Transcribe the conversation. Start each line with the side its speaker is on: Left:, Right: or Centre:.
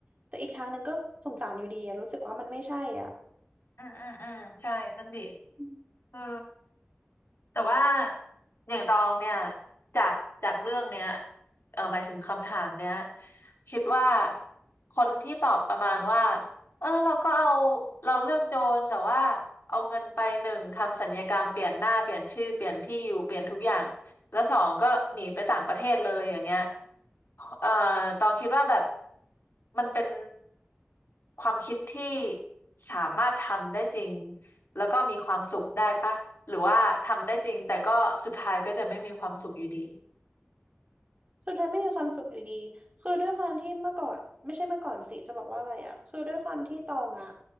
Right: แต่อีกทางหนึ่งก็สงสารอยู่ดีอะรู้สึกว่ามันไม่ใช่อ่ะ
Left: อืมอืมอืมใช่นั่นดิ
Right: อืม
Left: เออ แต่ว่าอย่างตองเนี่ยจากจากเรื่องเนี้ยเออหมายถึงคำถามเนี้ยคิดว่าคนที่ตอบประมาณว่าเออเราก็เอาเราเลือกโจรแต่ว่าเอาเงินไปหนึ่งทำสัญญากรรมเปลี่ยนหน้าเปลี่ยนชื่อเปลี่ยนที่อยู่เปลี่ยนทุกอย่างแล้วสองก็หนีไปต่างประเทศเลยอย่างเงี้ยเอ่อตองคิดว่าแบบมันเป็นความคิดที่สามารถทำได้จริง แล้วก็มีความสุขได้ปะหรือว่าทำได้จริงแต่ก็สุดท้ายก็จะไม่มีความสุขอยู่ดี
Right: สุดท้ายไม่มีความสุขอยู่ดีคือด้วยความที่เมื่อก่อนไม่ใช่เมื่อก่อนสิจะบอกว่าอะไรอ่ะคือด้วยความที่ตองอ่ะ